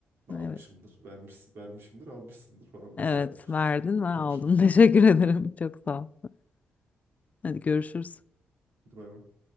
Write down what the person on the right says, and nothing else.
Almışımdır.
Vermiş, vermişimdir, almışsındır falan
vesaire.
Karşılıklı.
Hadi bay bay.